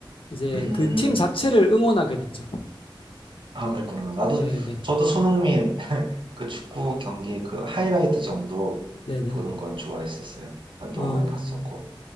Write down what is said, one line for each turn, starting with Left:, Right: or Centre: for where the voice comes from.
Left: 이제
Right: 음,
Left: 그 팀 자체를 응원하게 됐죠.
Right: 아, 그랬구나. 나도,
Left: 네네,
Right: 저도 손흥민 <laughs> 그 축구 경기 그 하이라이트 정도
Left: 네네.
Right: 보는 건 좋아했었어요. 한동안
Left: 어,
Right: 봤었고.